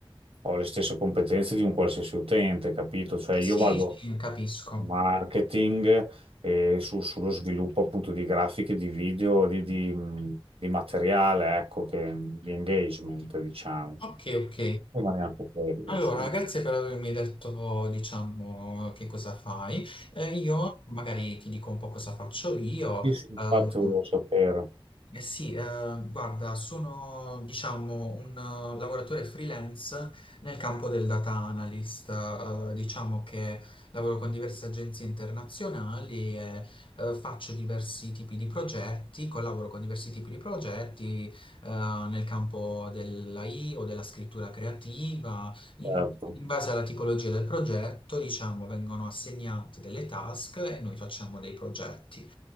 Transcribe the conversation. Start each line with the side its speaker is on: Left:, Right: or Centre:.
Right: ho le stesse competenze di un qualsiasi utente, capito? Cioè io
Left: Sì,
Right: vado
Left: sì, capisco.
Right: in marketing e su- sullo sviluppo appunto di grafiche, di video, di, di, mh, di materiale, ecco, che, di engagement, diciamo.
Left: Ok, ok.
Right: E ma neanche quello,
Left: Allora,
Right: insomma.
Left: grazie per avermi detto, diciamo, che cosa fai. Eh, io magari ti dico un po' cosa faccio io.
Right: Sì, sì, infatti
Left: Ehm,
Right: volevo sapere,
Left: Eh sì, eh, guarda, sono diciamo un eh, lavoratore freelance nel campo del data analyst, eh, diciamo che lavoro con diverse agenzie internazionali e eh, faccio diversi tipi di progetti, collaboro con diversi tipi di progetti eh, nel campo dell'AI o della scrittura creativa. In,
Right: certo.
Left: in base alla tipologia del progetto, diciamo, vengono assegnate delle task e noi facciamo dei progetti.